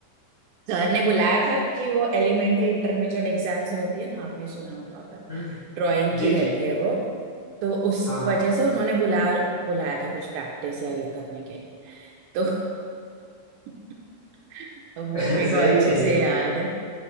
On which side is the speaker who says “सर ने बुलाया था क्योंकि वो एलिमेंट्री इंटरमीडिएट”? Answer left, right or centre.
Right